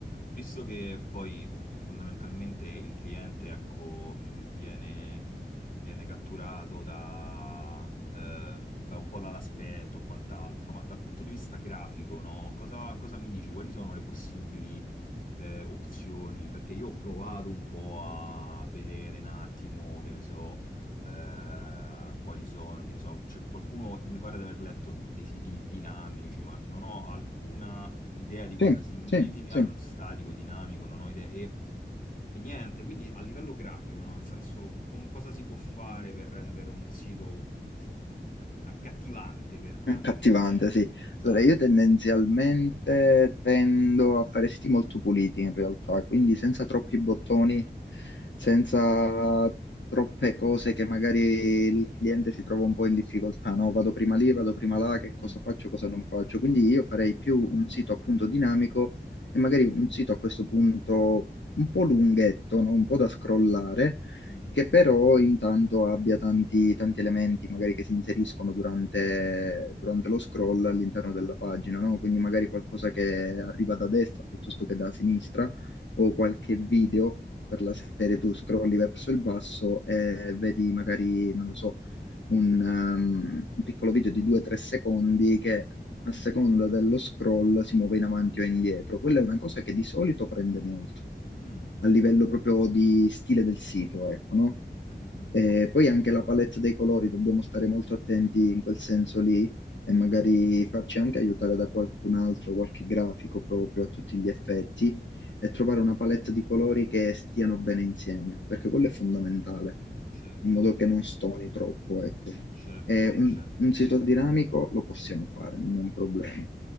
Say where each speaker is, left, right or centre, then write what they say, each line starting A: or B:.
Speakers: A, on the left (about 50°); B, on the left (about 90°).
A: visto che poi fondamentalmente il cliente, ecco, mh, viene, viene catturato da, eh, beh, un po' dall'aspetto e quant'altro, ma dal punto di vista grafico, no? Cosa, cosa mi dici? Quali sono le possibili eh, opzioni? Perché io ho provato un po' a vedere un attimo, che ne so eh, quali sono, che ne so, c'è qualcuno mi pare di aver letto dei siti dinamici, ma non ho alcuna idea di cosa
B: Sì,
A: significa,
B: sì, sì.
A: non statico, dinamico, non ho idea e, e niente, quindi a livello grafico, no? nel senso com- cosa si può fare per rendere un sito f- accattivante per,
B: Accattivante,
A: per il cliente,
B: sì.
A: esatto.
B: Allora, io tendenzialmente tendo a fare siti molto puliti in realtà, quindi senza troppi bottoni, senza troppe cose che magari il cliente si trova un po' in difficoltà, no? Vado prima lì, vado prima là, che cosa
A: Mm,
B: faccio, cosa non faccio. Quindi io farei più un sito appunto dinamico e magari un sito a questo punto un po' lunghetto, no? Un po' da scrollare
A: mm,
B: che però intanto abbia tanti, tanti elementi magari che si inseriscono durante, durante lo scroll all'interno della pagina, no? Quindi magari
A: mm,
B: qualcosa che arriva da destra piuttosto che da sinistra o qualche video per la serie tu scrolli verso il basso e vedi magari, non lo so, un, um, un piccolo video di 2-3 secondi che a seconda dello scroll si muove in avanti o indietro. Quella è una cosa che di solito prende molto
A: mm, mm,
B: a livello
A: ok,
B: proprio di stile del sito, ecco, no?
A: mm, mm, mm,
B: E
A: mm, ok.
B: poi anche la palette dei colori, dobbiamo stare molto attenti in quel senso lì e magari
A: Mm,
B: farci anche aiutare da qualcun altro, qualche grafico proprio a tutti gli effetti e trovare una palette di colori che stiano bene insieme, perché quello è fondamentale,
A: certo,
B: in modo che non stoni troppo, ecco.
A: certo,
B: E un,
A: certo,
B: un sito
A: sì,
B: dinamico lo possiamo fare, non è un problema.